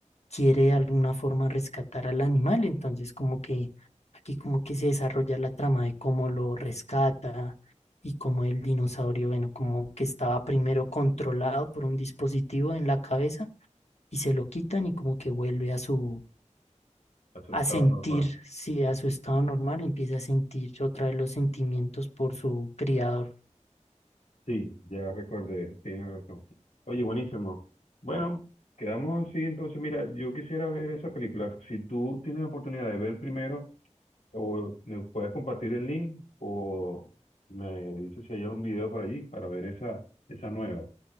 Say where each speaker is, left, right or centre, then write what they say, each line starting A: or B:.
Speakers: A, on the left; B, on the left.
A: quiere de alguna forma rescatar al animal, entonces como que aquí como que se desarrolla la trama de cómo lo rescata y cómo el dinosaurio, bueno, como que estaba primero controlado por un dispositivo en la cabeza y se lo quitan y como que vuelve a su,
B: asustado
A: a sentir,
B: normal.
A: sí, a su estado normal, empieza a sentir otra vez los sentimientos por su criador.
B: Sí, ya recordé, tienes razón. Oye, buenísimo. Bueno, quedamos así entonces. Mira, yo quisiera ver esa película. Si tú tienes la oportunidad de ver primero, o me puedes compartir el link, o me dices si hay algún video por allí para ver esa, esa nueva.